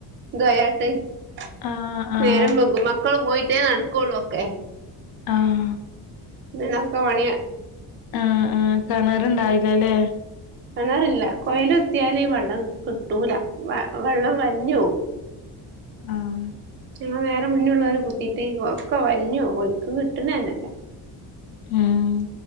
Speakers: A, on the right (about 30°); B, on the left (about 60°).
A: <unintelligible>
B: ആഹ് ആഹ്
A: നേരം വകും മക്കള് പോയിട്ടേ നടക്കൊള്ളൊക്കെ.
B: ആഹ്
A: ഇന്നെക്കെ പണിയ
B: ആ ആ കെണർണ്ടായില്ല ല്ലേ?
A: കിണറില്ല കൊയൽ കുത്തിയാല് വെള്ളം കിട്ടൂല വ വെള്ളം വലിഞ്ഞോവും.
B: ആഹ
A: ഞങ്ങൾ നേരെ മുന്നില്ള്ളവർ കുത്തീട്ട് ഒക്കെ വലിഞ്ഞ് പോവ ഓൽക്ക് കിട്ടണന്നല്ല.
B: ഉം